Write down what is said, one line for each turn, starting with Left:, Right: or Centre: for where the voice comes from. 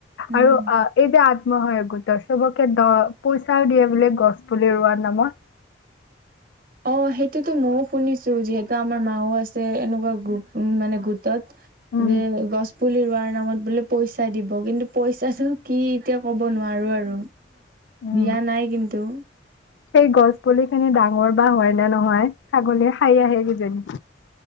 Right: উম
Left: আৰু অঁ এই যে আত্মসহায়ক গোটৰ, চবকে দ পইচাও দিয়ে বোলে গছ পুলি ৰোৱাৰ নামত।
Right: অঁ, সেইটোতো মইও শুনিছো যিহেতু আমাৰ মাও আছে এনেকুৱা গ মানে গোটত।
Left: উম
Right: যে গছ পুলি ৰোৱাৰ নামত বোলে পইচা দিব, কিন্তু পইচাটো কি এতিয়া ক'ব নোৱাৰো আৰু।
Left: উম
Right: দিয়া নাই কিন্তু।
Left: সেই গছ পুলিখিনি ডা মৰ বা হয় না নহয়। ছাগলীয়ে খাই আহে কিজানী।